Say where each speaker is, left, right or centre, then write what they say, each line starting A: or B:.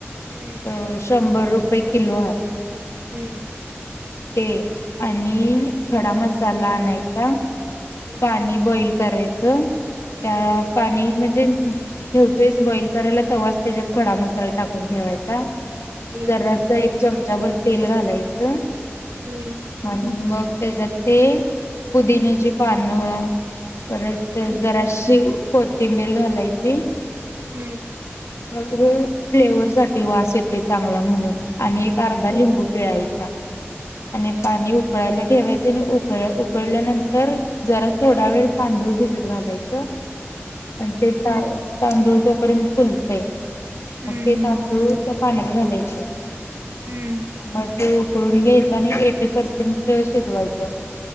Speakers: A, on the right; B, on the left.
A: हम्म.
B: अ शंभर रुपये किलो हा
A: हम्म.
B: ते आणि
A: हम्म,
B: खडा मसाला आणायचा.
A: हम्म,
B: पाणी बॉईल करायचं त्यात
A: हम्म,
B: पाणी म्हणजे - ठेवतोय स बॉईल करायला तवाच त्याच्यात खडा मसाला टाकून ठेवायचा
A: हम्म,
B: जरासा एक चमचा भर तेल घालायचं
A: हम्म,
B: आणि मग त्याच्यात ते पुदिन्याची पानं परत
A: हम्म,
B: जराशी कोथिंबीर घालायची.
A: हम्म.
B: <inaudible> फ्लेवर साठी वास येतोय चांगला म्हणून आणि एक अर्धा लिंबू पिळाय चा आणि पाणी उक उकळायला ठेवायच आणि उकळ उकळल्यानंतर जरा थोडा वेळ तांदूळ भिजत घालायचं. आणि ते तांद तांदूळ तो पर्यन्त फुलतय. मग
A: हम्म,
B: ते तांदूळ त्या पाण्यात घालायच.
A: हम्म, हम्म, हम्म,
B: मग ते उकळून घ्यायच आणि एटी पर्सेंट शिजवायचं.